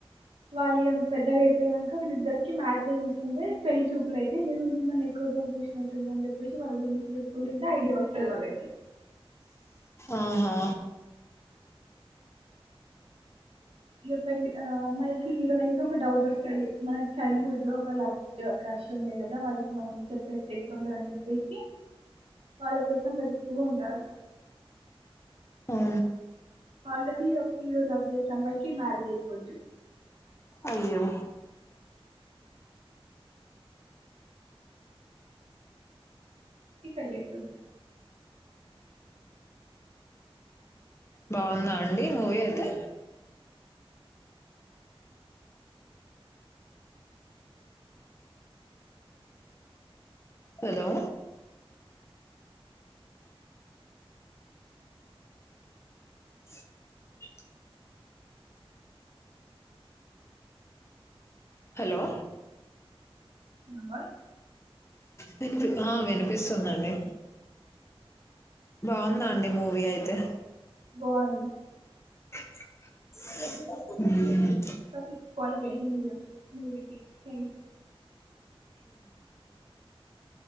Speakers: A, on the right; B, on the left.
A: వాళ్ళి పెద్దగా అయిపోయినాక వీళ్ళిద్దరికి మ్యాచెస్ చూస్తుంటే పెళ్లి చూపుల అయితే నేను మిమ్మల్ని ఎక్కడినో చూసిన వాళ్ళదర్నీ చెప్పేసి వాళ్ళ గురించి చెప్పుకుంటుంటే ఐడియా వస్తుంది వాళ్ళకి
B: ఆహా
A: ఇ పల్లి ఆ అమ్మాయికి హీరోయిన్ కి ఒక డౌట్ వస్తుంది మన చైల్డ్ హుడ్ లో ఒక లవ్ క్రష్ ఉండే కదా వాళ్ళకి మనం చెప్పేస్త ఎక్ట్తుంటుంద అని చెప్పేసి వాళ్ళ కోసం వెతుకుతూ ఉంటారు
B: అ
A: ఆల్రెడీ ఒక కిలో రబ్ జేయ్ క సమ్మాకి నాలుగయిపోదు
B: అయ్యో
A: పెళ్లై పోది
B: బాగుందా అండి మూవీ అయితే హలో <unintelligible> హలో
A: నా వాయిస్
B: విని ఆ వినిపిస్తుందండి బాగుందా అండి మూవీ అయితే
A: బావుంది
B: <unintelligible>
A: బ పట్ రెడింది <unintelligible>